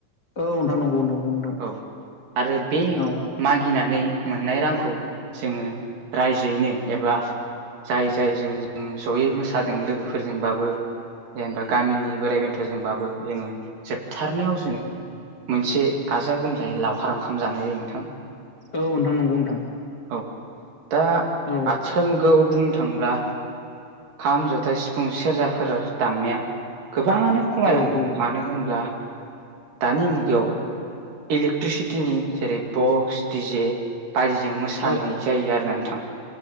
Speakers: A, on the left (about 35°); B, on the right (about 70°).
A: औ नोंथां नंगौ नंगौ नोंथां
B: औ आरो बे
A: औ
B: मागिनानै। मोननाय रांखौ जोङो रायजोयैनो एबा। जाय जाय जों जों जयै मोसादों लोगोफोरजोंबाबो। जेनेबा गामिनि बोराइ बेन्थ'जोंबाबो जोङो जोबथारनायाव जोङो। मोनसे गाजा गोमजायै लावखार ओंखाम जानाय जायो नोंथां।
A: औ नोंथां नंगौ नोंथां।
B: औ दा
A: औ
B: आथिखाल गाव। बुंनो थांब्ला खाम जथा सिफुं सेरजाफोर दामनाया। गोबाङानो खमायलांदों
A: औ औ
B: मानो होनब्ला दानि मुगायाव। इलेक्ट्रिसिटिनि जेरै बक्स डिजे। बारिजों मोसानोय
A: औ
B: जायो आरो ना नोंथां।